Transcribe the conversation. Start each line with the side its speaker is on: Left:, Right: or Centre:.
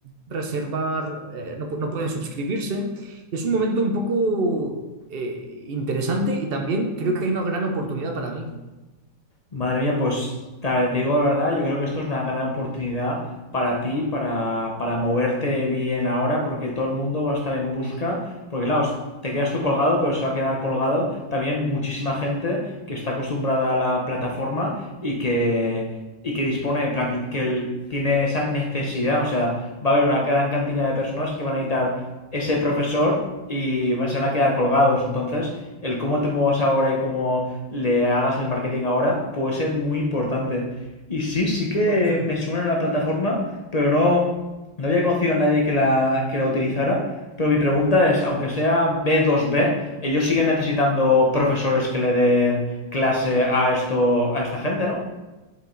Right: reservar, eh, no, pu- no pueden suscribirse. Es un momento un poco... eh, interesante y también creo que hay una gran oportunidad para mí.
Left: Madre mía, pues ta- te digo la verdad, yo creo que esto es una gran oportunidad para ti, para, para moverte bien ahora, porque todo el mundo va a estar en busca, porque claro, s- te quedas tú colgado, pero se va a quedar colgado también muchísima gente que está acostumbrada a la plataforma y que, y que dispone, en plan, que, que el- tiene esa necesidad, o sea, va a haber una gran cantidad de personas que van a necesitar ese profesor y se van a quedar colgados. Entonces, el cómo te muevas ahora y cómo le hagas el marketing ahora puede ser muy importante. Y sí, sí que
Right: Total.
Left: me suena la plataforma, pero no, no había conocido a nadie que la, que la utilizara. Pero mi pregunta
Right: Mm,
Left: es, aunque sea B2B, ellos siguen necesitando profesores que le den clase a esto, a esta gente, ¿no?